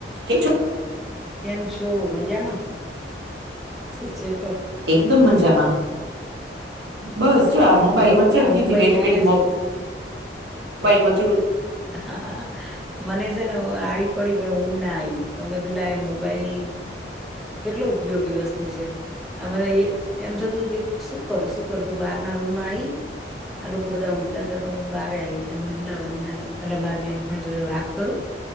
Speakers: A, on the right; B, in the centre.
A: કેમ છો?
B: કેમ છો મજામાં શું છે કો?
A: એકદમ મજામાં, બસ જો આ મોબાઈલમાં
B: જો
A: મચેડતી
B: આ મોબાઈલ
A: હતી બેઠી
B: આયા
A: બેઠી મો બાઇલ મચડું.
B: હા હા હા. મને છે ને આડી પડી પણ ઊંઘ ના આયી તોમે કીધું લાય મોબાઈલ કેટલો ઉપયોગી વસ્તુ છે. હવે એ એમ થતું કે શું કરું શું કરું તો બહારના રૂમમાં આયી, આ લોકો બધા ઊંઘતા હતા તો હું બારે આયી અને બધું લાવાનું એટલે મારી બેન પણ જોડે વાત કરું.